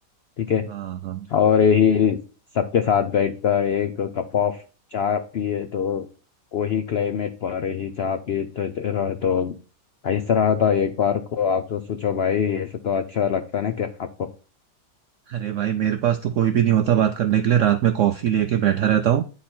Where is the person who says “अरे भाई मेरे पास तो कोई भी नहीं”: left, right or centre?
Right